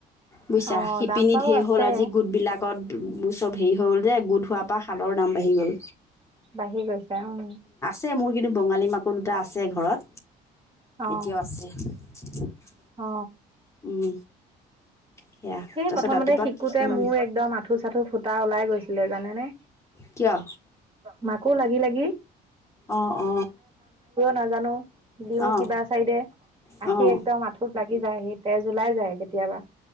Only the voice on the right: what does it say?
অ
দাম বাৰু
আছে
বাঢ়ি গৈছে উম।
অ
অ।
সেই
প্ৰথমতে
শিকোতে
মোৰ একদম আঁঠু চাঠু ফুটা ওলাই গৈছিলে জানেনেে।
মাকো লাগি লাগি।
নাজানোঁ। দিওঁ
কিবা চাইডে
আহি একদম আঁঠুত লাগি যায় সি তেজ ওলাই যায় কেতিয়াবা।